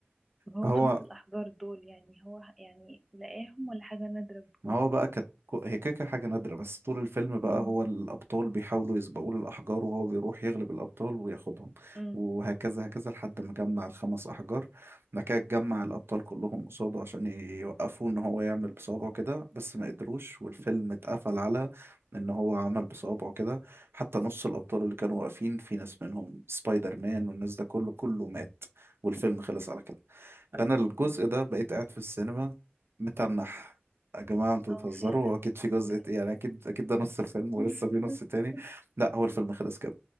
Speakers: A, in the centre; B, on the right.
A: طب هو
B: فهو
A: خمس الأحجار دول يعني هو ح- يعني لقاهم ولا حاجة نادرة بتكون
B: ما هو بقى كانت كو- هي كده كده حاجة نادرة بس طول الفيلم بقى
A: امم
B: هو الأبطال بيحاولوا يسبقوا له الأحجار وهو بيروح يغلب الأبطال وياخدهم
A: امم
B: وهكذا هكذا لحد ما جمع الخمس أحجار بعد كده جمع الأبطال كلهم قصاده عشان يوقفوه إن هو يعمل بصوابعه كده بس ما قدروش والفيلم اتقفل على إن هو عمل بصوابعه كده حتى نص الأبطال اللي كانوا واقفين في ناس منهم سبايدر مان والناس ده كله كله مات والفيلم خلص على كده فأنا الجزء
A: <laughs>
B: ده بقيت قاعد في السينما متنح يا جماعة انتوا
A: اه
B: بتهزروا
A: فعلا
B: هو اكيد في جزء
A: بت...
B: ت- يعني اكيد اكيد ده نص الفيلم ولسه
A: <laughs>
B: في نص تاني لا هو الفيلم خلص كده